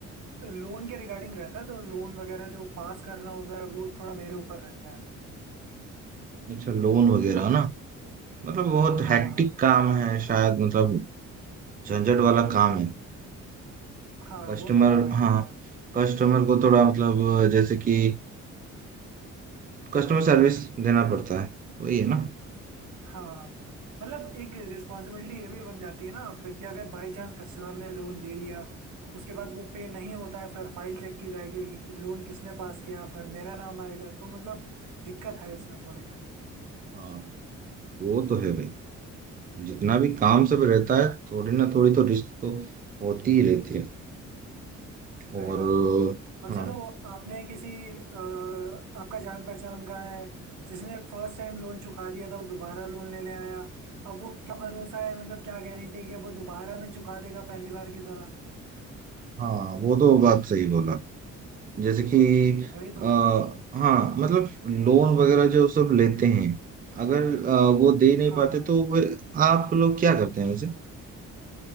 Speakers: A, on the right; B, on the right.
A: लोन के रिगार्डिंग रहता है तो लोन वगैरह जो पास करना होता है वो थोड़ा मेरे ऊपर रहता है
B: अच्छा लोन वगैरह ना मतलब बहुत
A: हाँ
B: हैक्टिक काम है शायद मतलब झंझट वाला काम है
A: हाँ हाँ
B: कस्टमर
A: वो तो है भाई
B: हाँ
A: थोड़ा
B: कस्टमर को थोड़ा मतलब जैसे कि कस्टमर सर्विस देना पड़ता है वही है ना
A: हाँ मतलब एक रिस्पॉन्सिबिलिटी ये भी बन जाती है ना आप पे कि अगर बाई चांस कस्टमर ने लोन ले लिया उसके बाद वो पे नहीं होता है फिर फाइल चेक की जाएगी कि लोन किसने पास किया फिर मेरा नाम आएगा तो मतलब दिक्कत है इसमें थोड़ी भाई
B: हाँ वो तो है भाई जितना भी काम सब रहता है थोड़ी ना थोड़ी तो रिस्क तो होती ही रहती है और
A: सही बात है और
B: हाँ
A: चलो आपने किसी अ, आपका जान पहचान का है जिसने फर्स्ट टाइम लोन चुका दिया था वो दोबारा लोन लेने आया अब वो क्या भरोसा है मतलब क्या गारंटी है कि अब वो दोबारा में चुका देगा पहली बार की तरह
B: हाँ वो तो बात सही बोला जैसे कि
A: वही तो
B: आ,
A: भाई
B: हाँ मतलब लोन वगैरह जो सब लेते हैं अगर आ, वो दे नहीं
A: हाँ
B: पाते तो वे- आप लोग क्या करते हैं वैसे